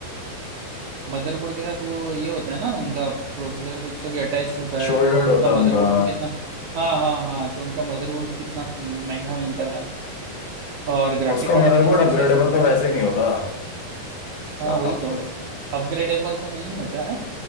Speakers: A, on the right; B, on the left.
A: मदरबोर्ड के साथ वो ये होता है ना उनका प्रोसेसर कुछ से भी अटैच होता है
B: शोल्डर्ड
A: तो उनका
B: होता
A: मदरबोर्ड
B: उनका
A: भी कितना हाँ हाँ हाँ तो उनका मदरबोर्ड भी कितना महंगा मिलता है और ग्राफिक
B: उसका
A: कार्ड
B: मदरबोर्ड
A: भी नहीं चेंज
B: अपग्रेडेबल
A: कर सकता
B: तो वैसे ही नहीं होता
A: हाँ
B: लैपटॉप्स
A: वही तो
B: का
A: अपग्रेडेबल तो नहीं होता है